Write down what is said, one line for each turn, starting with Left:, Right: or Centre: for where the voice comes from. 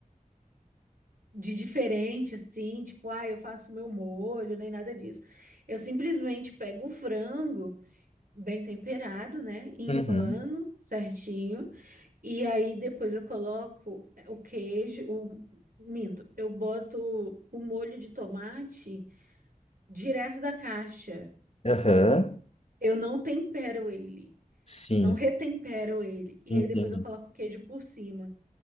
Right: de diferente, assim, tipo, ah, eu faço meu molho, nem nada disso. Eu simplesmente pego o frango bem temperado, né, em
Left: Uhum.
Right: pano, certinho, e aí depois eu coloco o queijo, o, minto, eu boto o molho de tomate direto da caixa.
Left: Aham.
Right: Eu não tempero ele.
Left: Sim,
Right: Não retempero ele. E
Left: entendi.
Right: aí depois eu coloco o queijo por cima.